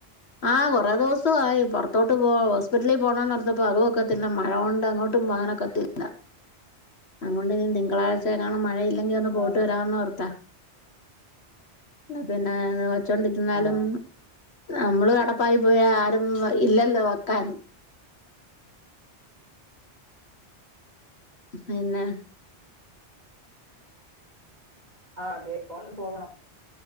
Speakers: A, on the left; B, on the right.
A: ആഹ് കൊറേ ദെവസ ആയി പൊറത്തോട്ട് പോവ ഒ ലിൽ പോണോന്ന് പറ്ഞട്ട് അതു ഒക്കത്തില്ല. മയോണ്ട് എങ്ങോട്ടും പോകാനൊക്കത്തി. ല്ല അങ്ങനൊണ്ടെങ്കി തിങ്കളാഴ്ച <unintelligible> മഴയില്ലെങ്കി ഒന്ന് പോട്ട്
B: ആഹ്
A: വരാന്ന് ഓർത്താ അല്ല പിന്നെ ച്ചോണ്ടിരുന്നാലും
B: ആഹ്
A: അമ്മള് കടപ്പായി പോയ ആരും ഇല്ലല്ലോ വെക്കാൻ. പിന്നെ.
B: ആഹ് അതെ ഇപോ <unintelligible> പോവണം.